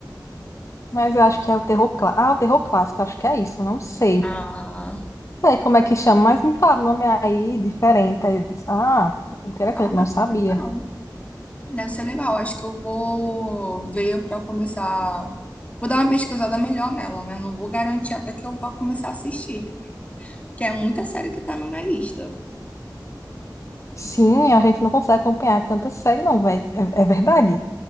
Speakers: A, on the left (about 40°); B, on the left (about 20°).
A: Mas eu acho que é o terror clássico. Ah, o terror clássico, acho que é isso, não sei.
B: Ah,
A: Não sei como é que chama, mas me fala o nome aí diferente. Aí eu disse, ah, interessante,
B: ah,
A: não
B: deve
A: sabia.
B: ser legal. Deve ser legal. Acho que eu vou ver para começar. Vou dar uma pesquisada melhor nela, né? Não vou garantir até que eu vá começar a assistir, que é muita série que tá na minha lista.
A: Sim, a gente não consegue acompanhar tanta série, não, velho. É, é verdade.